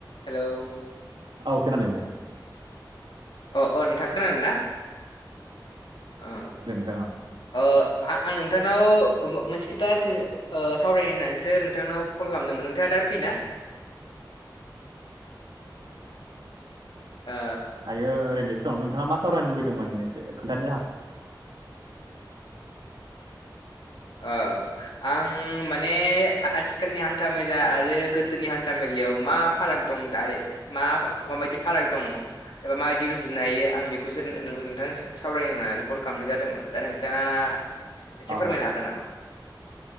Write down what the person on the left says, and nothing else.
Hello
अ अ नोंथां खोनादों ना ओ
ओ आ आं नोंथांनाव मोनसे खोथासो ओ सावराय होननानैसो नोंथांनाव कल खालामदोंमोन नोंथाङा दा फ्रिना ओ
ओ आं माने आथिखालनि हान्था मेला आरो गोदोनि हान्था मे लायाव मा फाराग दं दारे मा माबायदि फाराग दङ एबा मायिदि रुजुनो हायो आं बेखौसो <unintelligible> नोंथां सावरायनोना कल खालामनाय जादोंमोन दा नोंथाङा एसे
फोरमायनो हागोन नामा